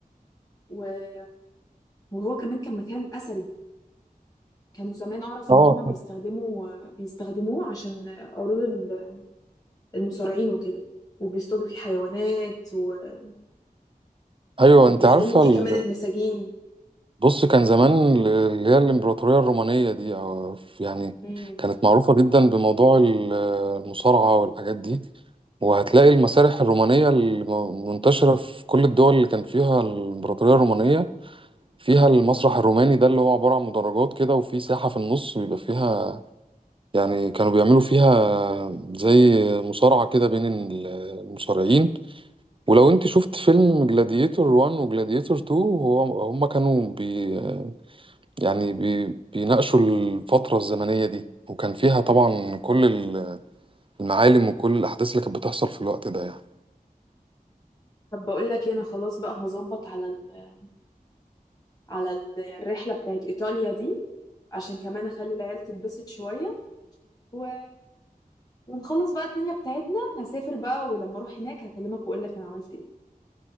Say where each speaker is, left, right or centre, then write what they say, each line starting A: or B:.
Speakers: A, on the left; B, on the right.
A: و- وهو كمان كان مكان اثري كانوا زمان اعرف ان
B: اه
A: هما بيستخدموا
B: طب
A: بيستخدموه عشان عروض ال- المصارعين وكده وبيصطادوا فيه حيوانات و-
B: ايوه
A: وبيعدموا
B: انت عارفه
A: فيه
B: ال-
A: كمان المساجين
B: بص كان زمان ال- اللي هي الامبراطوريه الرومانيه دي أو يعني
A: مم.
B: كانت معروفه جدا بموضوع ال- المصارعه والحاجات دي وهتلاقي المسارح الرومانيه المنتشره في كل الدول اللي كان فيها الامبراطوريه الرومانيه فيها المسرح الروماني ده اللي هو عبارة عن مدرجات كده وفي ساحة في النص بيبقى فيها يعني كانوا بيعملوا فيها زي مصارعة كده بين ال- المصارعين ولو انت شفت فيلم جلاديتور 1 وجلاديتور 2 هو هما كانوا بي يعني بي بيناقشوا الفترة الزمنية دي وكان فيها طبعا كل ال- المعالم وكل الأحداث اللي كانت بتحصل في الوقت ده يعني
A: طب بقول لك إيه، انا خلاص بقى هظبط على ال... على ال- الرحله بتاعت ايطاليا دي عشان كمان اخلي العيال تتبسط شويه و... ونخلص بقى الدنيا بتاعتنا هسافر بقى ولما اروح هناك هكلمك واقول لك انا عملت ايه